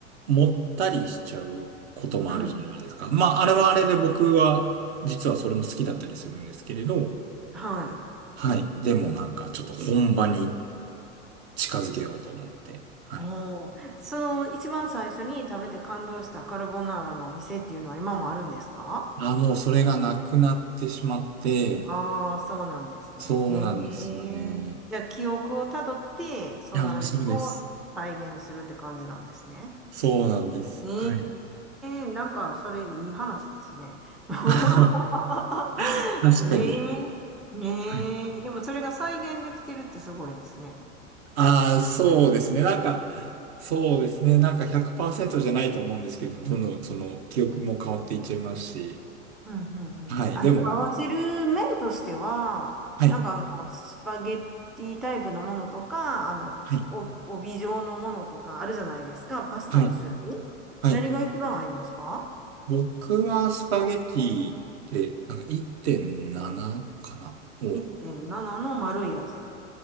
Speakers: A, on the right; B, in the centre.
A: もったりしちゃうこともあるじゃないですか。
B: うん。
A: まあ、あれはあれで僕は、
B: うん。
A: 実はそれも好きだったりするんですけれど、
B: はい。
A: はい。でもなんかちょっと本場に近づけようと思って、はい。
B: おー。その一番最初に食べて感動したカルボナーラのお店っていうのは今もあるんですか
A: あ、もうそれがなくなってしまって、
B: ああー、そうなんですね。
A: そうなんですよね。
B: へえ。じゃあ記憶をたどって、その味を再現するって感じなんですね。
A: いや、もうそうです。そうなんです。
B: ええ
A: はい。
B: ーなんか、それいい話ですね。<laughs>
A: <laughs> 確かに。
B: ええねえでもそれが再現できてるってすごいですね。
A: はい。ああ、そうですね。なんか、そうですね。なんか100%じゃないと思うんですけど、どんどんその記憶も変わっていっちゃいますし。
B: うんうんうん。
A: はい。
B: あの、
A: でもなんか、
B: 合わせる麺としては、
A: はい。
B: なんかあの、スパゲッティタイプのものとか、あの、
A: はい。
B: お、帯状のものとかあるじゃないですか、パスタの種類。
A: はい。はい。
B: 何が一番合いますか
A: 僕はスパゲティで、なんか1.7かなを。
B: ?1.7 の丸いやつ。